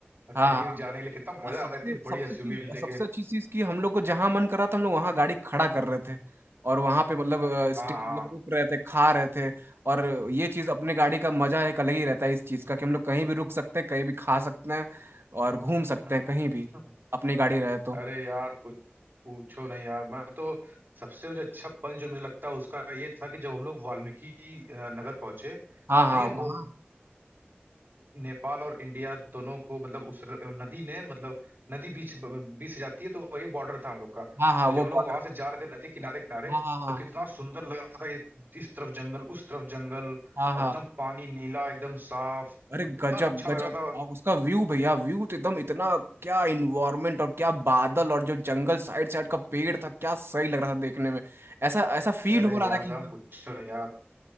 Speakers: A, on the right; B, on the right.
A: और
B: हाँ
A: कहीं
B: हाँ
A: भी जाने के लिए कितना मजा
B: आ, सबसे
A: आता है इतनी बड़ी
B: सबसे
A: एसयूवी
B: चीज
A: लेके
B: सबसे अच्छी चीज कि हम लोग को जहां मन करा था हम लोग वहां गाड़ी खड़ा कर रहे थे और वहां पे मतलब अ, स्टे
A: हाँ हाँ
B: मतलब रुक रहे थे खा रहे थे और ये चीज अपने गाड़ी का मजा एक अलग ही रहता है इस चीज का कि हम लोग कहीं भी रुक सकते हैं कहीं भी खा सकते हैं और घूम सकते
A: <laughs> हम्म,
B: हैं कहीं भी
A: हम्म।
B: अपनी गाड़ी रहे तो
A: अरे यार पूछ, पूछो नहीं यार मैं तो सबसे मुझे अच्छा पल जो मुझे लगता है उसका ये था कि जब हम लोग वाल्मीकि अ, नगर पहुंचे
B: हाँ
A: तो
B: हाँ
A: नहीं
B: वहाँ
A: वो नेपाल और इंडिया दोनों को मतलब उस र- नदी ने मतलब नदी बीच बीच से जाती है तो वही बॉर्डर था हम लोग का
B: हाँ हाँ
A: तो जब
B: वो
A: हम
B: बॉर्डर
A: लोग वहां से जा रहे थे नदी किनारे किनारे
B: हाँ हाँ हाँ
A: तो कितना सुंदर लग रहा था ये इस तरफ जंगल उस तरफ जंगल
B: हाँ
A: और
B: हाँ
A: एकदम पानी नीला एकदम साफ
B: अरे
A: और कितना
B: गजब
A: अच्छा
B: गजब
A: लग रहा था
B: आ, उसका व्यू भैया व्यू तो एकदम इतना क्या इन्वायरमेंट और क्या बादल और जो जंगल साइड साइड का पेड़ था क्या सही लग रहा था देखने में ऐसा ऐसा फील
A: अरे
B: हो रहा
A: यार
B: था
A: साहब
B: कि
A: पूछो नहीं यार